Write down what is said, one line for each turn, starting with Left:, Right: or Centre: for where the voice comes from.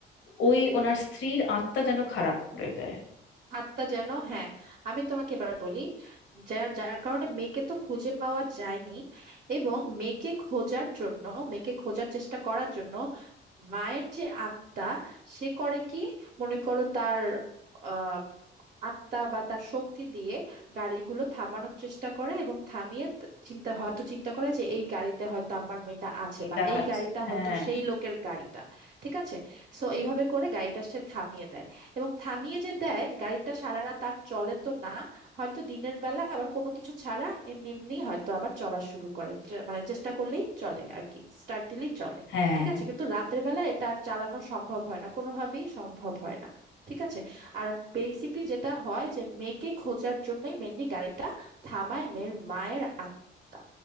Left: ওই ওনার স্ত্রীর আত্মা যেন খারাপ করে দেয়
Right: আত্মা যেন হ্যাঁ আমি তোমাকে এবার বলি যার যার কারণে মেয়েকে তো খুঁজে পাওয়া যায়নি এবং মেয়েকে খোঁজার জন্য মেয়েকে খোঁজার চেষ্টা করার জন্য মায়ের যে আত্মা সে করে কি মনে করো তার আহ আত্মা বা তার শক্তি দিয়ে গাড়িগুলো থামানোর চেষ্টা করে এবং থামিয়ে ত- চিন্তা হয়তো চিন্তা করে যে এই গাড়িতে হয়তো আমার মেয়েটা আছে
Left: এটা
Right: বা এই
Left: আছে
Right: গাড়িটা
Left: হ্যাঁ
Right: হয়তো সেই লোকের গাড়িটা ঠিক আছে সো এইভাবে করে গাড়িটা সে থামিয়ে দেয় এবং থামিয়ে যে দেয় গাড়িটা সারা রাত আর চলে তো না হয়তো দিনের বেলা আবার কোনো কিছু ছাড়া এমনি এমনি হয়তো আবার চলা শুরু করে ট্রে- মানে চেষ্টা করলেই চলে আর কি স্টার্ট দিলেই চলে
Left: হ্যাঁ
Right: ঠিক আছে কিন্তু রাতের বেলা এটা আর চালানো সম্ভব হয় না কোনোভাবেই সম্ভব হয় না ঠিক আছে আর বেসিকলি যেটা হয় যে মেয়েকে খোঁজার জন্যই মেনলি গাড়িটা থামায় মেয়ের মায়ের আত্মা